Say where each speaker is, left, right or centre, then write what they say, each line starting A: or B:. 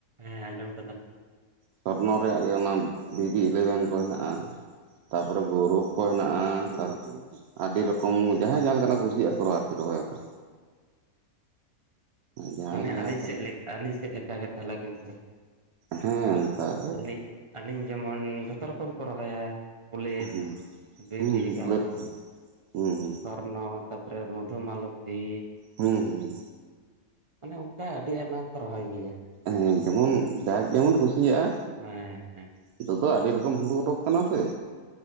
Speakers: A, on the right; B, on the right.
A: ᱦᱮᱸ ᱟᱸᱡᱚᱢ ᱠᱟᱫᱟᱞᱤᱧ᱾
B: ᱥᱚᱨᱱᱚ ᱨᱮᱭᱟᱜ ᱜᱮ ᱚᱱᱟ ᱵᱤᱵᱤ ᱤᱞᱮᱵᱷᱮᱱ ᱠᱚ ᱦᱮᱱᱟᱜᱼᱟ᱾ ᱛᱟᱯᱚᱨᱮ ᱜᱚᱨᱯ ᱠᱚ ᱦᱮᱱᱟᱜᱼᱟ, ᱟᱹᱰᱤ ᱨᱚᱠᱚᱢ ᱡᱟᱦᱟᱸᱭ ᱡᱟᱦᱟᱸ ᱞᱮᱠᱟᱱᱟᱜ ᱠᱚ ᱠᱩᱥᱤᱭᱟᱜ ᱠᱚ ᱟᱨᱠᱤ ᱨᱚᱦᱚᱭᱟᱠᱚ᱾ ᱡᱟᱦᱟᱸᱭ
A: ᱢᱟᱱᱮ
B: ᱡᱟᱦᱟᱸ
A: ᱟᱹᱞᱤᱧ
B: ᱞᱮᱠᱟ
A: ᱥᱮᱫ ᱟᱹᱞᱤᱧ ᱥᱮᱫ ᱞᱮᱠᱟ ᱜᱮ ᱛᱟᱦᱚᱞᱮ ᱟᱵᱤᱱ ᱥᱮ ᱦᱚᱸ᱾
B: ᱦᱮᱸ ᱚᱱᱠᱟᱜ ᱜᱮ᱾
A: ᱟᱹᱞᱤᱧ ᱟᱹᱞᱤᱧ ᱡᱮᱢᱚᱱ ᱡᱷᱚᱛᱚ ᱨᱚᱠᱚᱢ ᱠᱚ ᱨᱚᱦᱚᱭᱟ, ᱵᱩᱞᱮᱴ
B: ᱦᱮᱸ
A: ᱵᱮᱵᱤ
B: ᱦᱮᱸ
A: ᱮᱜᱟᱨᱚ,
B: ᱵᱩᱞᱮᱴ ᱠᱚᱦᱚᱸ ᱦᱮᱸ ᱦᱮᱸ
A: ᱥᱚᱨᱱ, ᱛᱟᱯᱚᱨᱮ ᱢᱚᱫᱷᱩᱢᱟᱞᱚᱛᱤ,
B: ᱦᱩᱸ ᱦᱩᱸ
A: ᱢᱟᱱᱮ ᱚᱱᱠᱟ ᱟᱹᱰᱤ ᱟᱭᱢᱟ ᱠᱚ ᱨᱚᱦᱚᱭ ᱜᱮᱭᱟ᱾
B: ᱦᱮᱸ ᱡᱮᱢᱚᱱ ᱡᱟᱠ ᱡᱮᱢᱚᱱ ᱠᱩᱥᱤᱭᱟᱜᱼᱟ᱾
A: ᱦᱮᱸ ᱦᱮᱸ
B: ᱱᱤᱛᱚᱜ ᱫᱚ ᱟᱹᱰᱤ ᱨᱚᱠᱚᱢ ᱦᱩᱲᱩ ᱚᱰᱚᱜ ᱠᱟᱱᱟ ᱥᱮ,